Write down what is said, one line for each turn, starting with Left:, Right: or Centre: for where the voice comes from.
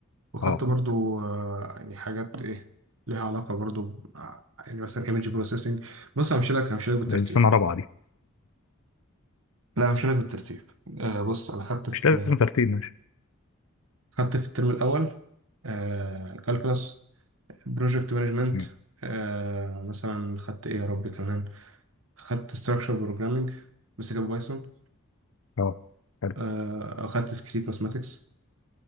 Right: وخدت
Left: اه
Right: برضو آه، يعني حاجات ايه ليها علاقة برضو ب- آه، يعني مثلا ايمج بروسيسنج بص همشي لك همشي لك بالترتيب
Left: دي السنه الرابعه دي
Right: لا همشي لك بالترتيب آه بص انا خدت في
Left: مش لازم ترتيب ماشي
Right: خدت في الترم الاول آه كالكلاس بروجكت مانجمنت
Left: مم.
Right: آه مثلا خدت ايه يا ربي كمان خدت ستراكشر بروجرامنج بس كان بايثون
Left: اه حلو
Right: آه خدت سكريت ماثماتكس